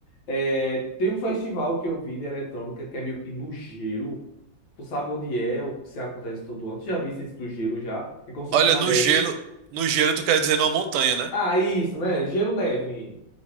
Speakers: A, on the left; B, on the right.
A: É, tem um festival que eu vi de eletrônica que é meio que no gelo. Tu sabe onde é, o que se acontece todo ano. Tu já viste isso do gelo já? É como se fosse
B: Olha,
A: na
B: no
A: neve.
B: gelo, no gelo tu quer dizer numa montanha, né?
A: Ah, isso, né? Gelo, neve.